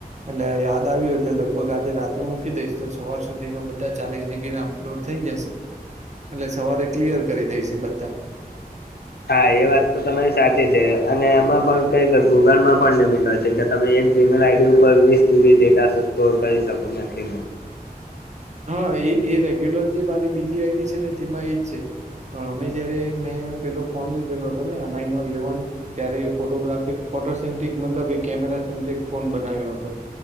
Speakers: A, on the right; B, on the left.
A: એટલે યાદ આવ્યું એટલે લગભગ આજે રાતે મૂકી દઈશ તો સવાર સુધીમાં બધા ચાલીસ જીબી ના અપલોડ થઈ જશે એટલે સવારે ક્લિયર કરી દેશે બધા
B: હા એ વાત તો તમારી સાચી છે અને એમાં પણ કઈ ક ગૂગલમાં પણ લિમિટ હોય છે. કે તમે એક જીમેલ આઈડી ઉપર વીસ જીબી ડેટા સ્ટોર કરી શકો નથી.
A: હા એ રેગ્યુલર જે મારી બીજી આઈડી છે ને તેમાં એજ છે. મે જયારે મેં પેલો ફોન લીધેલો હતો ને એમાઈ નો એ વન ત્યારે ફોટોગ્રાફિક ફોટો સન્ટ્રિક મતલબ એ કેમેરા સેન્ટ્રિક ફોન બનાવ્યો હતો.